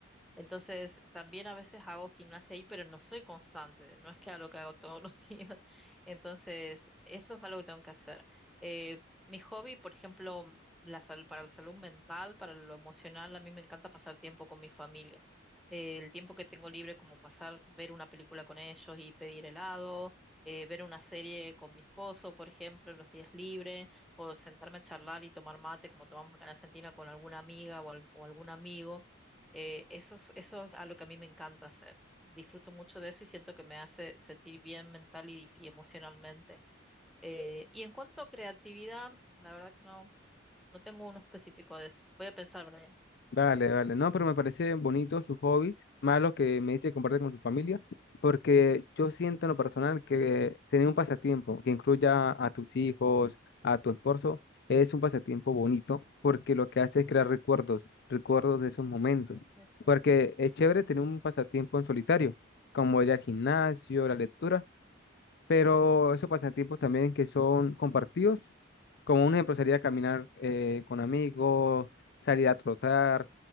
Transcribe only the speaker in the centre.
Entonces, también a veces hago gimnasia ahí, pero no soy constante, no es que hago lo que hago todos los <laughs> días. Entonces, eso es algo que tengo que hacer. Eh, mi hobby, por ejemplo, la salud, para la salud mental, para lo emocional, a mí me encanta pasar tiempo con mi familia. Eh, el tiempo que tengo libre, como pasar, ver una película con ellos y pedir helado, eh, ver una serie con mi esposo, por ejemplo, los días libres, o sentarme a charlar y tomar mate, como tomamos acá en Argentina, con alguna amiga o al- o algún amigo eh, eso es, eso es algo que a mí me encanta hacer. Disfruto mucho de eso y siento que me hace sentir bien mental y, y emocionalmente. Eh, y en cuanto a creatividad, la verdad que no, no tengo uno específico de eso. Voy a pensar, Brian.
Es cierto,
eso.